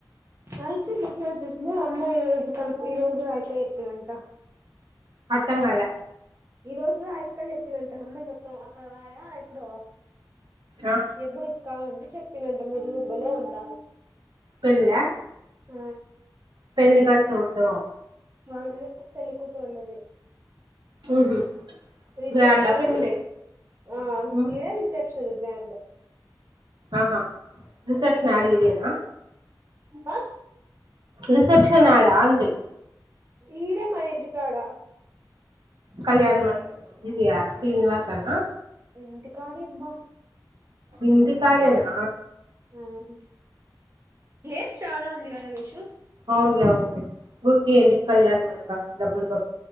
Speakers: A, on the right (about 35°); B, on the right (about 75°).
A: ఆయితే మచ్చా చూసిన అమ్మయి ఏజ్ కలిపి ఈ రోజు ఆయితే ఇప్పుడూ అంట
B: అర్థంకాలే
A: ఈ రోజు ఆ ఎక్క చెప్పిందంట అమ్మాయి చెప్తాను అక్కడ వాయా ఎక్కడో
B: ఆ
A: ఎప్పుడు క్క అంటే చెప్పిందంట మీది గుబ్బలో ఉంట
B: పెళ్ళా
A: ఆ
B: పెళ్లి ఖర్చు ఎవరిదో
A: వాళ్లదే పెళ్లి కూతురు అన్నదే
B: ఉహు
A: రిసెప్షన్
B: గ్రాండా పెళ్లి
A: ఆ
B: ఉ
A: ఈడ రిసెప్షన్ సూపర్ గ్రాండ్
B: ఆహా రిసెప్షన్ యాడ ఈడేనా
A: ఆ
B: రిసెప్షన్ యాడ ఆంటీ
A: ఈడే మన ఇంటి కాడ
B: కళ్యాణ మండపం ఇది యా శ్రీనివాస ఆ నా
A: ఇంటి కాడ ఏ బ్బా
B: ఇంటి కాడేనా
A: మార్నింగ్ ప్లేస్ చాలా ఉంది అదే కదా, వైషు
B: అవునులే అవునులే ఊర్కనె ఎందుకు కళ్యాణమండపం డబ్బులు బొ